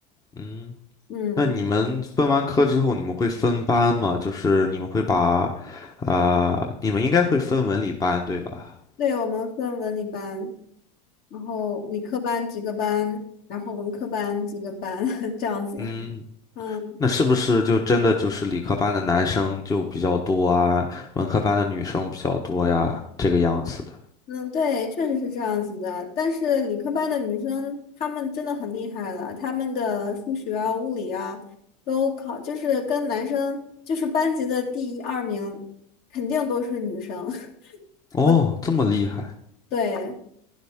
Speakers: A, on the left; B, on the left.
A: 嗯，
B: 嗯，
A: 那你们分完科之后，你们会分班吗？就是你们会把，呃，你们应该会分文理班，对吧？
B: 对，我们分文理班，然后理科班几个班，然后文科班几个班 <laughs> 这样子。
A: 嗯，
B: 嗯。
A: 那是不是就真的就是理科班的男生就比较多啊，文科班的女生比较多呀，这个样子的？
B: 嗯，对，确实是这样子的。但是理科班的女生，她们真的很厉害了，她们的数学啊、物理啊，都考，就是跟男生，就是班级的第一二名，肯定都是女生。<laughs>
A: 哦，
B: 我，
A: 这么厉害。
B: 对，